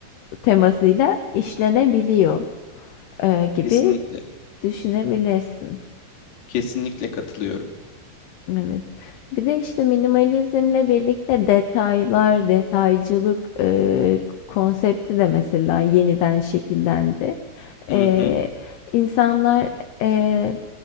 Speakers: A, on the left (about 70°); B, on the left (about 45°).
A: temasıyla işlenebiliyor e, gibi
B: kesinlikle
A: düşünebilirsin.
B: kesinlikle katılıyorum.
A: Evet. Bir de işte minimalizmle birlikte detaylar, detaycılık e, konsepti de mesela yeniden şekillendi. E,
B: Hı hı.
A: insanlar e,